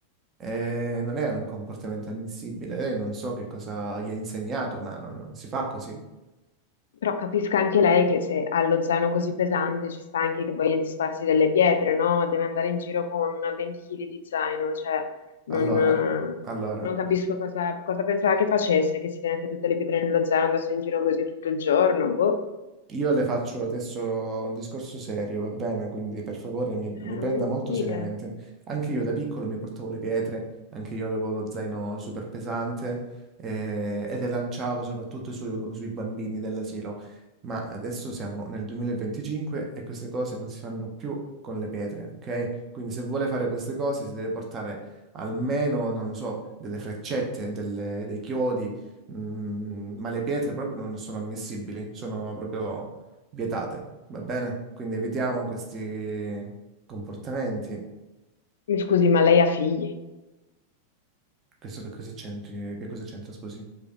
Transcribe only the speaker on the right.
Eh, non è un comportamento ammissibile. Lei non so che cosa gli ha insegnato, ma non, non si fa così.
Allora,
allora,
Io le faccio adesso un discorso serio, va bene? Quindi per favore mi,
mi prenda
molto
seriamente. Anche io da piccolo mi portavo le pietre, anche io avevo lo zaino super pesante eh, e le lanciavo soprattutto su- sui bambini dell'asilo. Ma adesso siamo nel 2025 e queste cose non si fanno più con le pietre, ok? Quindi se vuole fare queste cose si deve portare almeno, non lo so, delle freccette, delle- dei chiodi Mm, ma le pietre proprio non sono ammissibili, sono proprio vietate, va bene? Quindi evitiamo questi comportamenti.
Questo che cosa c'entri? Che cosa c'entra, scusi?